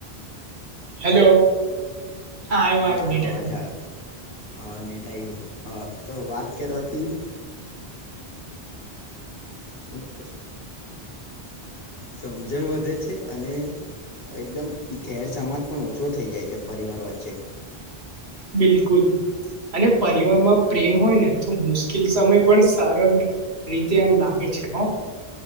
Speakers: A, on the right; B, on the left.
A: હેલો હા આવ્યું
B: હા
A: આવ્યું
B: આવ્યો
A: નીટ આવ
B: અવાજ આવ્યો હા નેટ આઈ ગયો હ તો વાત કરવાથી શું <unintelligible>
A: <inaudible>
B: સમજણ વધે છે અને એકદમ ઘેર સમાજ પણ ઓછો થઈ જાય છે પરિવાર વચ્ચે
A: બિલકુલ અને પરિવારમાં પ્રેમ હોય ને તો મુશ્કેલ સમય પણ સારી રીતે આમ લાગે છે હ